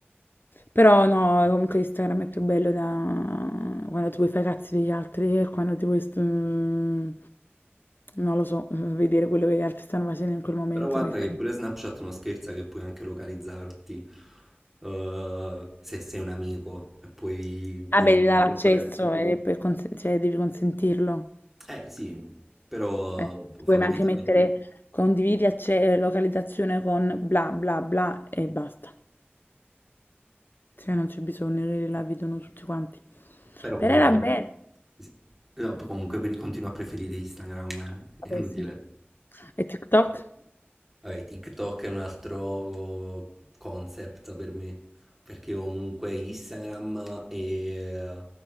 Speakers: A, on the left; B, in the centre.
A: Però no, comunque Instagram è più bello da quando ti vuoi fare i cazzi degli altri e quando ti vuoi, st- mm, non lo so, <laughs> vedere quello che gli altri stanno facendo in quel momento.
B: Però guarda
A: Perché...
B: che pure Snapchat non scherza che puoi anche localizzarti eh, se sei un amico e puoi, puoi
A: Vabbè,
B: vedere
A: devi dare
B: in tempo
A: l'accesso
B: reale.
A: e per cons- cioè, devi consentirlo.
B: Eh sì, però
A: Eh,
B: fondamentalmente,
A: puoi anche mettere condividi acce- localizzazione con bla bla bla e basta. Cioè non c'è bisogno che la vedono tutti quanti.
B: però comunque,
A: Però era bello.
B: sì. no, comunque per- continuo a preferire Instagram, eh,
A: Vabbè,
B: È inutile.
A: sì. E TikTok?
B: Vabbè, TikTok è un altro concept per me, perché comunque Instagram e,